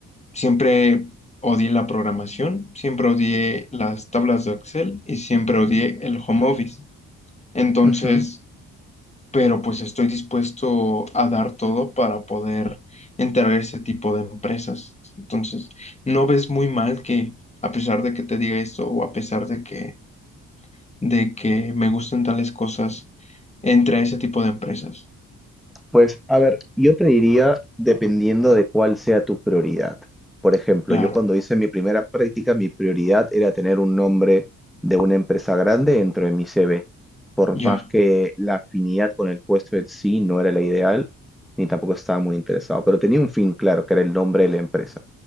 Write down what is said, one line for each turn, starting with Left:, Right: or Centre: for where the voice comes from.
Left: siempre odié la programación, siempre odié las tablas de Excel y siempre odié el home office. Entonces,
Centre: ujú.
Left: pero pues estoy dispuesto a dar todo para poder entrar a ese tipo de empresas. Entonces, no ves muy mal que a pesar de que te diga esto o a pesar de que, de que me gusten tales cosas, entre a ese tipo de empresas.
Centre: Pues, a ver, yo te diría, dependiendo de cuál sea tu prioridad. Por ejemplo,
Left: Claro,
Centre: yo cuando hice mi primera práctica, mi prioridad era tener un nombre de una empresa grande dentro de mi CV. Por
Left: ya.
Centre: más que la afinidad con el puesto en sí no era la ideal, ni tampoco estaba muy interesado, pero tenía un fin claro, que era el nombre de la empresa.